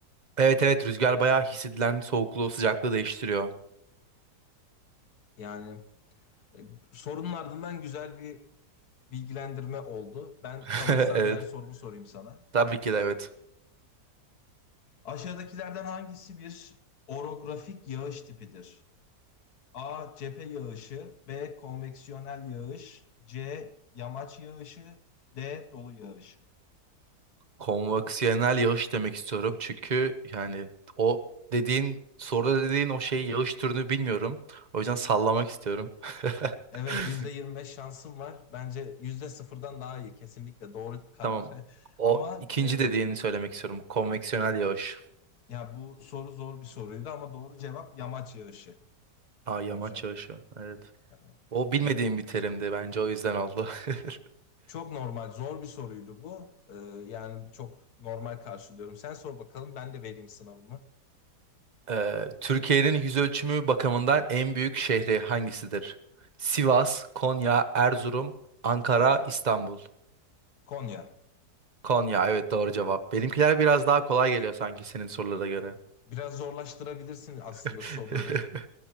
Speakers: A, on the right; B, on the left.
A: Evet evet rüzgar bayağı hissedilen soğukluğu sıcaklığı değiştiriyor.
B: Yani e, sorunun ardından güzel bir bilgilendirme oldu. Ben
A: <laughs>
B: hazırsan
A: Evet.
B: diğer sorumu sorayım sana.
A: Tabii ki de evet.
B: Aşağıdakilerden hangisi bir orografik yağış tipidir? A. Cephe yağışı B. Konveksiyonel yağış C. Yamaç yağışı D. Dolu yağışı
A: Konvaksiyonel yağış demek istiyorum çünkü yani o dediğin soruda dediğin o şey yağış türünü bilmiyorum. O yüzden sallamak istiyorum.
B: Evet
A: <laughs>
B: yüzde yirmi beş şansım var. Bence yüzde sıfırdan daha iyi. Kesinlikle doğru karar.
A: Tamam.
B: <laughs>
A: O
B: Ama
A: ikinci
B: e,
A: dediğini söylemek istiyorum. Konveksiyonel yağış.
B: ya bu soru zor bir soruydu ama doğru cevap yamaç yağışı
A: Ha yamaç
B: olacak.
A: yağışı. Evet.
B: Yani,
A: O bilmediğim
B: ya,
A: bir terimdi bence o yüzden oldu. <laughs>
B: çok normal, zor bir soruydu bu. E, yani çok normal karşılıyorum. Sen sor bakalım ben de vereyim sınavımı.
A: Ee, Türkiye'nin yüz ölçümü bakımından en büyük şehri hangisidir? Sivas, Konya, Erzurum, Ankara, İstanbul.
B: Konya.
A: Konya evet doğru cevap. Benimkiler biraz daha kolay geliyor sanki senin sorulara göre.
B: Biraz zorlaştırabilirsin aslında
A: <laughs>
B: soruları. <laughs>